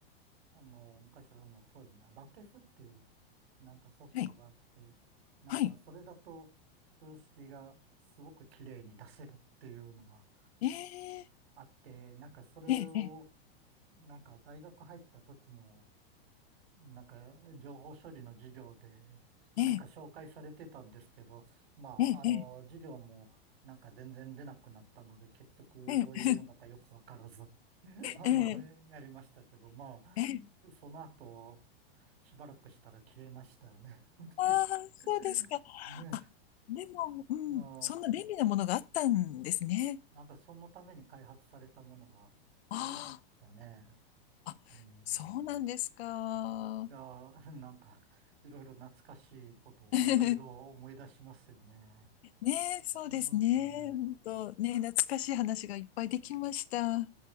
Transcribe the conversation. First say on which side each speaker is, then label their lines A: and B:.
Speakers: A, on the right (about 80°); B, on the left (about 85°).
A: あの、昔はあの、そうですね、ラテフっていうなんかソフトがあって、
B: はい。
A: なんかそれだと数式がすごく綺麗に出せるっていうのが
B: はい。ええ
A: あって、なんかそれを
B: えええ
A: なんか大学入った時のなんか情報処理の授業でなんか紹介されてたんですけど、
B: え
A: まああの、
B: ええええ
A: 授業もなんか全然出なくなったので結局どういうものかよくわからず
B: え
A: あの、
B: ええ
A: やりましたけど、まあ、
B: ええ
A: その後、しばらくしたら消えましたよね。<laughs> っていうね
B: ああ、そうですか。あ、でも、うん。
A: まあ、
B: そんな便利なものがあったんですね。
A: なんかそのために開発されたものがありましたね。
B: ああ、あ、
A: うん。
B: そうなんですか。
A: いやー、なんか、いろいろ懐かしいことをいろいろ思い出しますよね。
B: <laughs> ねえ、そうですね。
A: そうですね。
B: 本ね、懐かしい話がいっぱいできました。